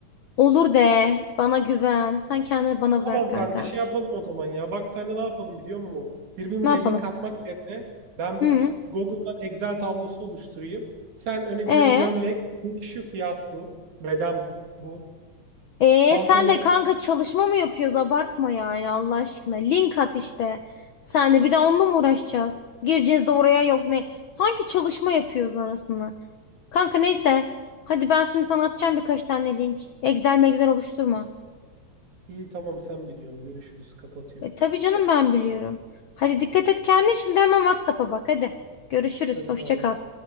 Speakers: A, on the left (about 70°); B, on the right (about 75°).
A: Olur de bana güven. Sen kendini bana
B: Tamam
A: bırak kanka.
B: kanka şey yapalım o zaman ya. Bak seninle ne yapalım biliyor musun? Birbirimize
A: Ne yapalım?
B: link atmak yerine ben
A: Hı.
B: bir Google'dan Excel tablosu oluşturayım. Sen öne
A: E
B: veriyorum gömlek. Şu fiyat bu. Beden bu.
A: e
B: Pantolon.
A: sen de kanka çalışma mı yapıyoruz? Abartma yani Allah aşkına. Link at işte. Sen de bir de onunla mı uğraşacağız? Gireceğiz de oraya yok ne? Sanki çalışma yapıyoruz arasında. Kanka neyse. Hadi ben şimdi sana atacağım birkaç tane link. Excel megzel oluşturma.
B: İyi tamam sen biliyorsun. Görüşürüz. Kapatıyorum.
A: E, tabii canım ben biliyorum. Hadi dikkat et kendine şimdi hemen WhatsApp'a bak hadi. Görüşürüz.
B: Hadi
A: Hoşça
B: bay
A: kal.
B: bay.